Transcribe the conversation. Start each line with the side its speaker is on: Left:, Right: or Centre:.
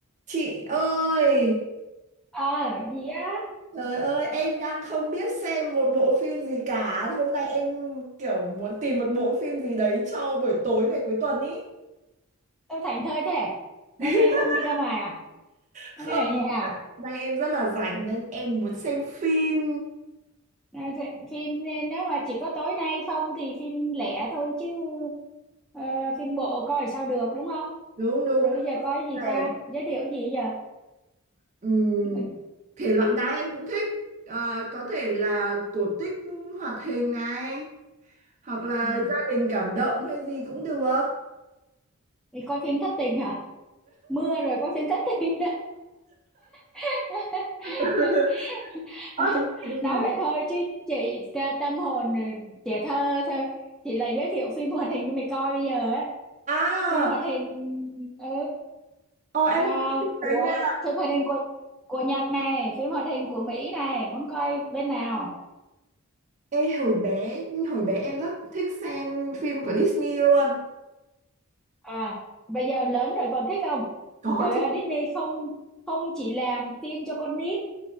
Right: Chị ơi,
Centre: ờ gì á
Right: trời ơi, em đang không biết xem một bộ phim gì cả. Hôm nay em kiểu muốn tìm một bộ phim gì đấy cho buổi tối ngày cuối tuần ý.
Centre: sao thảnh thơi thế
Right: <laughs>
Centre: hôm nay không đi ra ngoài à
Right: Không,
Centre: hôm nay ở nhà à
Right: nay em rất là rảnh nên em muốn xem phim.
Centre: Nên sẽ- phim nên nếu mà chỉ có tối nay không thì phim lẻ thôi chứ ờ, phim bộ coi sao được đúng không
Right: Đúng, đúng,
Centre: rồi
Right: đúng.
Centre: bây giờ coi gì
Right: Để,
Centre: ta giới thiệu gì giờ
Right: ừm,
Centre: Mà-
Right: thể loại nào em cũng thích. Ờ, có thể là cổ tích hoạt hình này, hoặc là
Centre: ừ.
Right: gia đình cảm động hay gì cũng được.
Centre: đi coi phim thất tình hả mưa rồi có phim thất tình <laughs>
Right: <laughs> Ơ,
Centre: <laughs>
Right: thế chị-
Centre: nói vậy thôi chứ chị ta- tâm hồn ừ, trẻ thơ thôi chị lại giới thiệu phim hoạt hình cho mày coi bây giờ ấy
Right: à,
Centre: phim hoạt hình ừ
Right: ồ em
Centre: À,
Right: cũng thích phim
Centre: của
Right: đấy nha.
Centre: phim hoạt hình của của Nhật này, phim hoạt hình của Mỹ này, muốn coi bên nào?
Right: Ê, hồi bé hồi bé em rất thích xem phim của Disney luôn
Centre: À, bây giờ lớn rồi còn thích không?
Right: có
Centre: Trời
Right: chị
Centre: ơi, Disney không không chỉ làm phim cho con nít,